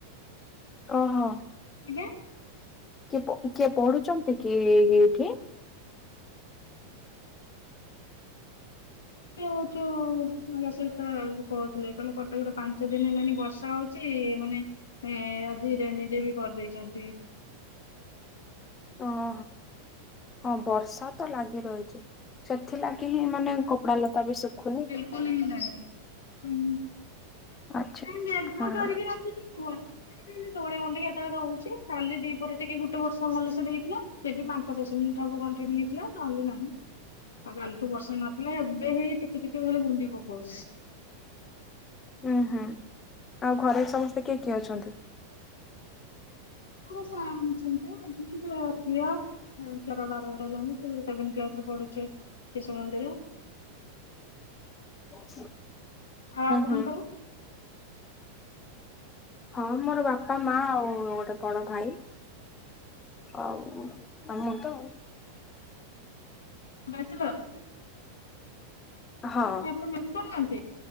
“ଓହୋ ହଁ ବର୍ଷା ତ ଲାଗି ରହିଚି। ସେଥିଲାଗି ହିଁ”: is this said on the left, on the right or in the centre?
Left